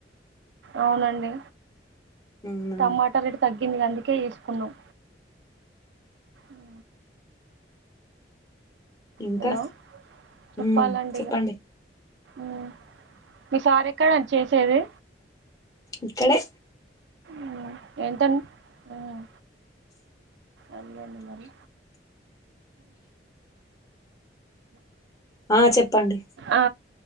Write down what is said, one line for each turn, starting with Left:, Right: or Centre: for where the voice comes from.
Right: అవునండి
Left: అవునా
Right: టమాటా రెటు తగ్గింది గండి అందుకే ఎసుకున్నాం ఉ
Left: ఇంకా
Right: హలో చెప్పాలండిగ
Left: ఉమ్ చెప్పండి
Right: ఉమ్ మీ సార్ ఎక్కడ అండ్ చేసేది
Left: ఇక్కడే
Right: ఉమ్ ఎంత ఉమ్ ఏంది అండి మరి
Left: ఆ చెప్పండి
Right: ఆ